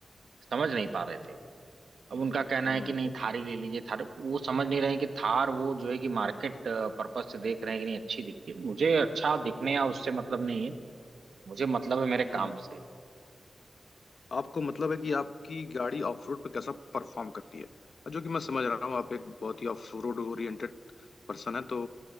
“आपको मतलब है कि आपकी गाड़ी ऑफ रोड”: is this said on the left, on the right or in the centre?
Left